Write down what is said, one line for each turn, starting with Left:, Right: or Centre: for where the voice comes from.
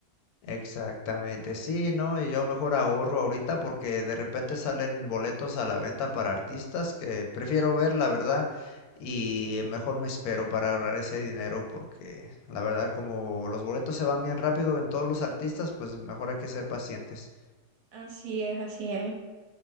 Left: Exactamente, sí, ¿no? Y yo mejor ahorro ahorita porque de repente salen boletos a la venta para artistas que prefiero ver, la verdad, y mejor me espero para ahorrar ese dinero porque la verdad como los boletos se van bien rápido en todos los artistas, pues mejor hay que ser pacientes.
Right: Así es, así es.